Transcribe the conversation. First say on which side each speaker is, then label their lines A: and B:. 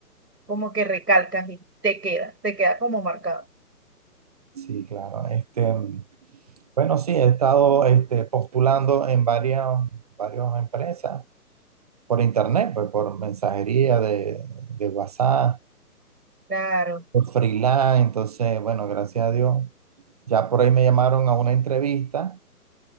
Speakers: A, on the right; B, on the right.
A: como que recalcas y te queda, te queda como marcado.
B: Sí, claro. Este, bueno, sí, he estado este, postulando en varias, varias empresas por internet, pues por mensajería de, de WhatsApp,
A: Claro,
B: por freelance. Entonces, bueno, gracias a Dios. Ya por ahí me llamaron a una entrevista